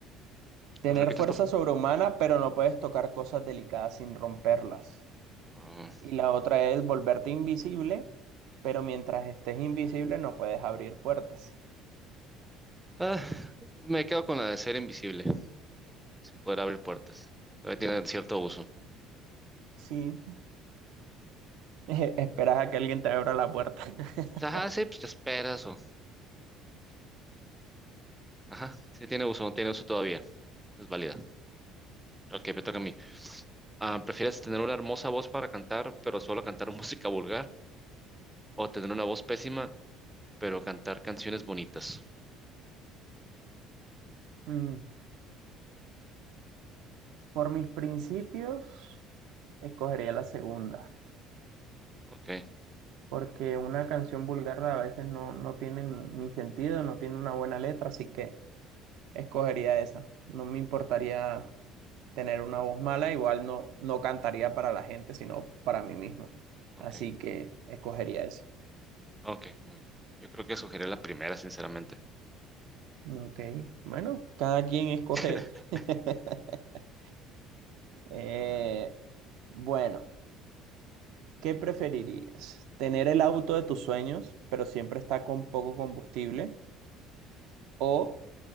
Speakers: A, on the right (about 70°); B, in the centre.
A: <laughs> Tener
B: ¿La repites,
A: fuerza
B: por favor?
A: sobrehumana, pero no puedes tocar cosas delicadas sin romperlas.
B: Ah,
A: Y la otra es volverte invisible, pero mientras estés invisible no puedes abrir puertas.
B: ah, me quedo con la de ser invisible, sin poder abrir puertas. Todavía tiene cierto uso.
A: Sí, <laughs> esperas a que alguien te abra la puerta. <laughs>
B: Ajá, sí, pues te esperas o... Ajá, sí tiene uso, no tiene uso todavía. Es válida. Ok, me toca a mí. Ah, ¿prefieres tener una hermosa voz para cantar, pero solo cantar <laughs> música vulgar? ¿O tener una voz pésima, pero cantar canciones bonitas.
A: Mm. Por mis principios, escogería la segunda,
B: Ok,
A: porque una canción vulgar a veces no, no tiene ni, ni sentido, no tiene una buena letra, así que escogería esa. No me importaría tener una voz mala, igual no, no cantaría para la gente, sino para mí mismo.
B: ok,
A: Así que escogería esa.
B: ok, muy bien. Yo creo que sugería la primera, sinceramente.
A: Ok, bueno, cada quien escoge.
B: <laughs>
A: <laughs> Eh,
B: A ver,
A: bueno. ¿Qué preferirías? ¿Tener el auto de tus sueños, pero siempre está con poco combustible? ¿O